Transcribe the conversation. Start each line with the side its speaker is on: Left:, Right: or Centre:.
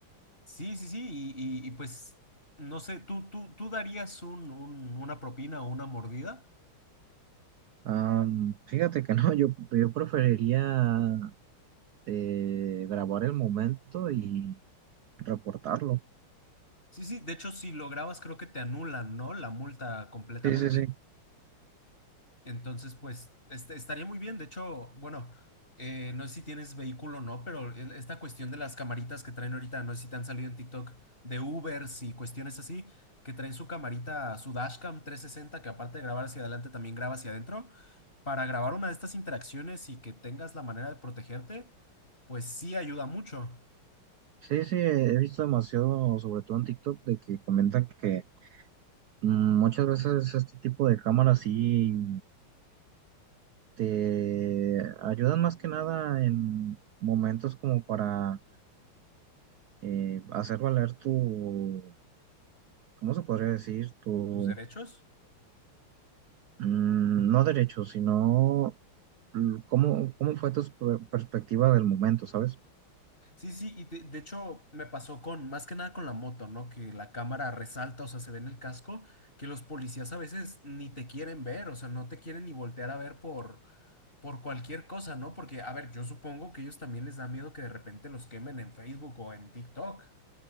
Left: Sí, sí, sí, y, y- y, pues, no sé, ¿tú, tú, tú darías un, un- una propina o una mordida?
Right: Am, fíjate que no, yo, yo preferiría eh, grabar el momento y reportarlo.
Left: Sí, sí, de hecho, si lo grabas creo que te anulan, ¿no? La multa completamente.
Right: Sí, sí, sí.
Left: Entonces, pues este, estaría muy bien. De hecho, bueno, eh, no sé si tienes vehículo o no, pero el- esta cuestión de las camaritas que traen ahorita, no sé si te han salido en TikTok de Ubers y cuestiones así, que traen su camarita, su dashcam 360 que aparte de grabar hacia adelante, también graba hacia adentro. Para grabar una de estas interacciones y que tengas la manera de protegerte, pues sí ayuda mucho.
Right: Sí, sí, he visto demasiado, sobre todo en TikTok, de que comentan que mm, muchas veces este tipo de cámaras sí te ayudan más que nada en momentos como para eh, hacer valer tu, ¿cómo se podría decir? Tu,
Left: ¿Tus derechos?
Right: mm, no derecho, sino mm, cómo, cómo fue tu per- perspectiva del momento, ¿sabes?
Left: Sí, sí, y de, de hecho me pasó con, más que nada con la moto, ¿no? Que la cámara resalta, o sea, se ve en el casco, que los policías a veces ni te quieren ver, o sea, no te quieren ni voltear a ver por, por cualquier cosa, ¿no? Porque, a ver, yo supongo que ellos también les da miedo que de repente los quemen en Facebook o en TikTok.